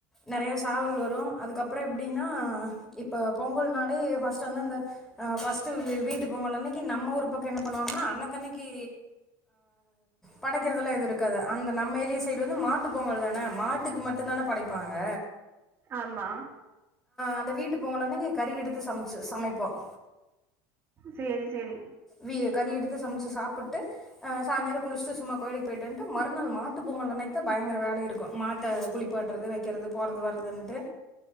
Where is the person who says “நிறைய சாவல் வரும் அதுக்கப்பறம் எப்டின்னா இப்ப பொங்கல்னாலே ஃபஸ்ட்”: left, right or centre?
Centre